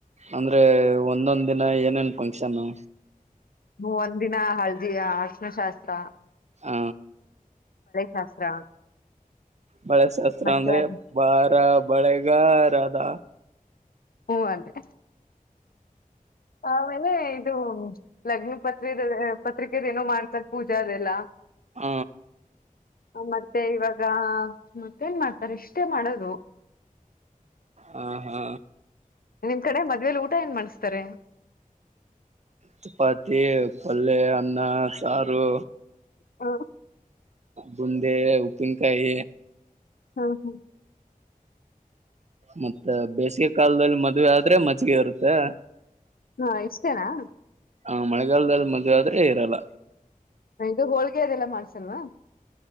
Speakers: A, on the right; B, on the left.
A: ಅಂದ್ರೆ ಒಂದೊಂದ್ ದಿನ ಏನೇನ್ ಫಂಕ್ಷನು
B: ಹ ಒಂದ ದಿನ ಹಳದಿ ಹ ಅರಸಿನಶಾಸ್ತ್ರ
A: ಹ
B: ಶಾಸ್ತ್ರ
A: ಬಳೆ ಶಾಸ್ತ್ರ
B: ಮತ್ತೆ
A: ಅಂದ್ರೆ
B: ಅದ್
A: ಬಾರ ಬಳೆಗಾರದ
B: ಹ್ಮ ಅದೇ ಆಮೇಲೆ ಇದು ಲಗ್ನಾ ಪತ್ರಿ ಪತ್ರಿಕೆದೇನೋ ಮಾಡ್ತದ ಪೂಜೆ ಅದೆಲ್ಲ
A: ಹ
B: ಮತ್ತೆ ಇವಾಗ ಮತ್ತೇನ್ ಮಾಡ್ತಾರೆ ಇಷ್ಟೇ ಮಾಡದು
A: ಹ ಹಾ
B: ನಿಮ್ ಕಡೆ ಮದ್ವೆೇಲಿ ಊಟ ಏನ್ ಮಾಡಸ್ತಾರೆ
A: ಚಪಾತಿ ಪಲ್ಯ ಅನ್ನ ಸಾರು
B: ಹ
A: ಬುಂದೆ ಉಪ್ಪಿನ್ಕಾಯಿ
B: ಹ್ಮ ಹಾ
A: ಮತ್ತೆ ಬೇಸಿಗೆ ಕಾಲದಲ್ಲಿ ಮದ್ವೆ ಆದ್ರೆ ಮಜ್ಗೆ ಇರುತ್ತೆ
B: ಹಾ ಇಷ್ಟೇನಾ
A: ಹ ಮಳೆಗಲ್ದಾಳಿ ಮದುವೆ ಆದ್ರೆ ಇರಲ್ಲ
B: ಇದು ಹೋಳ್ಗೆ ಅದೆಲ್ಲ ಮಾಡ್ಸಲ್ವಾ